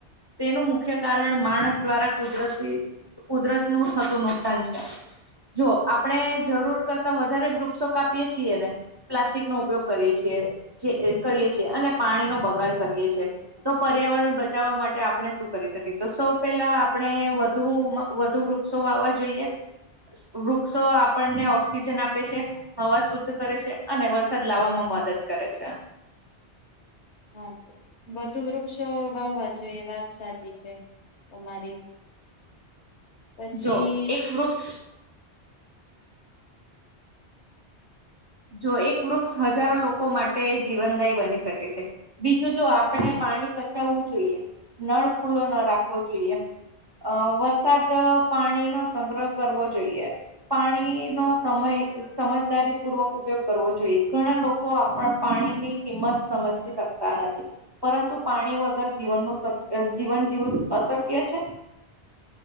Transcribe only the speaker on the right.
તેનું મુ કાર માણસ દ્વારા કુદરતી કુદરત નું થતું નુકસાન છે જો આપણે જરૂર કરતા વધારે વૃક્ષો કાપીએ છીએ ને પ્લાસ્ટિક નો ઉપયોગ કરીએ છીએ જે કરીએ છીએ અને પાણીનોો બગાડ કરીએ છીએ તો પર્યાવરણ બચાવવા માટે આપણે કરી શકીએ તો સૌ પેહેલા આપણે વધુ વધુ વૃક્ષો વાવા જોઈએ વૃક્ષો આપણને ઓક્સિજન આપે છે હવા શુદ્ધ કરે છે અને વરસાદ લાવવામાં મદદ કરે છે
જો એક વૃક્ષ જો એક વૃક્ષ હજારો લોકો માટે જીવનદાયી બની શકે છે બીજું જો આપણે પાણી બચાવવું જોઈએ નળ ખુલ્લો ના રાખવો જોઈએ અ વરસાદ પાણીનોો સંગ્રહ કરવો જોઈએ પાણીનો સમય સમજદારી પૂર્વક ઉપયોગ કરવો જોઈએ ઘણા લોકો આપણ પાણીની કિંમત સમજીજી શકતા નથી પરંતુ પાણી વગર જીવનનું જીવન જીવું અશક્ય છે